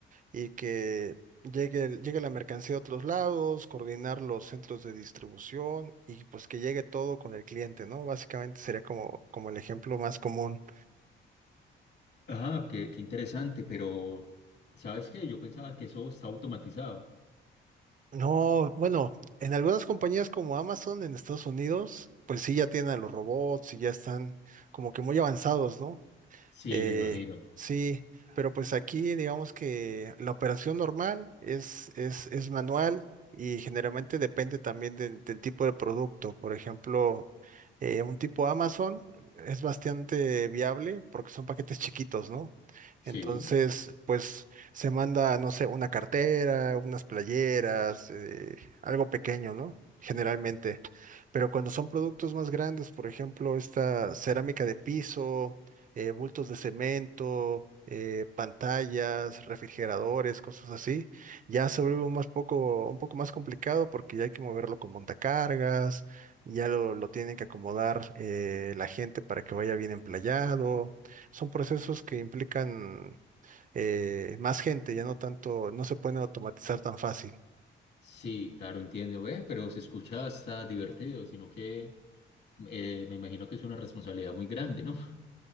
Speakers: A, on the right (about 40°); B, on the left (about 55°).
A: Y que llegue, el- llegue la mercancía a otros lados, coordinar los centros de distribución y pues que llegue todo con el cliente, ¿no? Básicamente sería como, como el ejemplo más común.
B: Ah, qué, qué interesante, pero ¿sabes qué? Yo pensaba que eso está automatizado.
A: No, bueno, en algunas compañías como Amazon en Estados Unidos, pues sí ya tienen a los robots y ya están como que muy avanzados, ¿no?
B: Sí,
A: Eh,
B: me imagino.
A: sí, pero pues aquí digamos que la operación normal es, es, es manual y generalmente depende también del, del tipo de producto. Por ejemplo, eh, un tipo Amazon es bastante viable porque son paquetes chiquitos, ¿no? Entonces,
B: Sí,
A: pues se manda, no sé, una cartera, unas playeras, eh, algo pequeño, ¿no? Generalmente. Pero cuando son productos más grandes, por ejemplo, esta cerámica de piso, eh, bultos de cemento, eh, pantallas, refrigeradores, cosas así. Ya se vuelve un más poco, un poco más complicado porque ya hay que moverlo con montacargas, ya lo, lo tienen que acomodar eh, la gente para que vaya bien emplayado. Son procesos que implican eh, más gente, ya no tanto, no se pueden automatizar tan fácil.
B: sí, claro, entiendo, ve, pero se escucha hasta divertido, sino que eh, me imagino que es una responsabilidad muy grande, ¿no? <laughs>